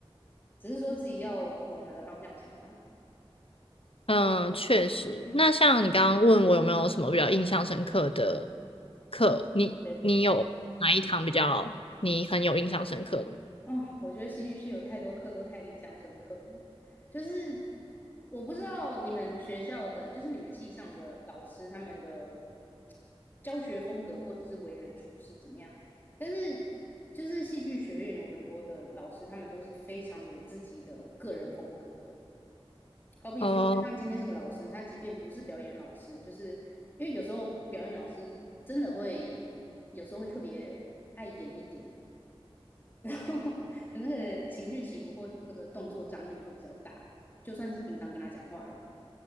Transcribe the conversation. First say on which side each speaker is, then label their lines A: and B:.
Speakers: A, on the left; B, on the left.
A: 只是说自己要往哪个方向想啦、啊
B: 嗯，确实。那像你刚刚问我有没有什么比较印象深刻的课，你你有哪一堂比较你很有印象深刻的吗？
A: 对，哦，我觉得戏剧系有太多课都太印象深刻了，就是我不知道你们学校的，就是你们系上的老师他们的教学风格或者是为人处事怎么样，但是就是戏剧学院有很多的老师，他们都是非常有自己的个人风格的，好比说，
B: 哦，
A: 就像今天这个老师，他即便不是表演老师，就是因为有时候表演老师真的会有时候会特别爱演一点，然后可能那个情绪起伏或那个动作张力会比较大，就算是平常跟他讲话了，